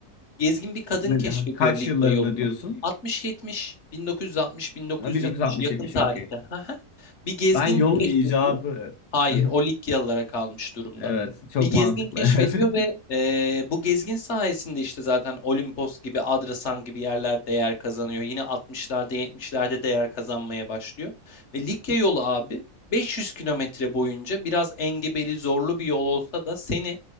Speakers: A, on the left; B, on the left.
A: Gezgin bir kadın
B: Ne-
A: keşfediyor
B: ha, Kaç
A: Likya
B: yıllarında
A: yolunu.
B: diyorsun?
A: 60-70, 1960-1970
B: Ha, 1960-70
A: yakın tarihte
B: okey.
A: <laughs> bir gezgin
B: Ben yolun
A: keşfediyor.
B: icadı.
A: Hayır,
B: Hı hı.
A: o Likyalılara kalmış durumda.
B: Evet çok
A: Bir gezgin
B: mantıklı.
A: keşfediyor ve
B: <laughs>
A: eee, bu gezgin sayesinde işte zaten Olimpos gibi, Adrasan gibi yerler değer kazanıyor. Yine 60'larda, 70'lerde değer kazanmaya başlıyor. Ve Likya yolu abi 500 kilometre boyunca biraz engebeli, zorlu bir yol olsa da seni